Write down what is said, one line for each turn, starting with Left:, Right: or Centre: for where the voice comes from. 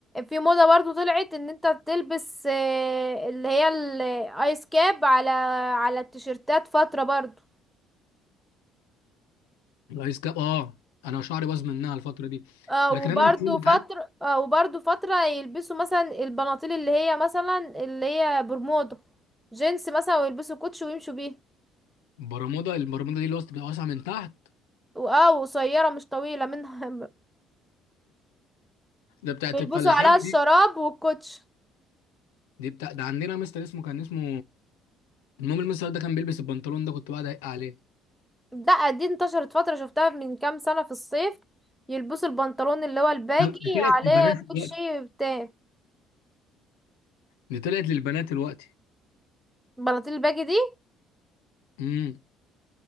Centre: في موضة برضو طلعت ان انت تلبس آه، اللي هي الايس كاب على على التيشيرتات فترة برضو
Left: الايس كاب اه انا شعري باظ منها الفتره دي
Centre: آه،
Left: ولكن
Centre: وبرضو
Left: انا مش كل
Centre: فترة
Left: حاجه
Centre: آه، وبرضو فترة يلبسوا مثلا البناطيل اللي هي مثلا اللي هي برمودا جينز مثلا ويلبسوا كوتش ويمشوا بيه
Left: برمودا البرمودا دي اللي وسط بتبقى واسعه من تحت
Centre: واه قصيرة مش طويلة منها <laughs>
Left: ده بتاعت
Centre: ويلبسوا
Left: الفلاحين
Centre: عليها الشراب
Left: دي
Centre: والكوتش
Left: دي بتاع ده عندنا مستر اسمه كان اسمه المهم المستر ده كان بيلبس البنطلون ده كنت بقعد اضايق عليه
Centre: لا دي انتشرت فترة شفتها من كام سنة في الصيف يلبسوا البنطلون اللي هو الباجي
Left: هل- طلعت
Centre: عليه
Left: للبنات دلوقتي
Centre: كوتشي بتاع
Left: دي طلعت للبنات دلوقتي
Centre: بناطيل الباجي دي
Left: امم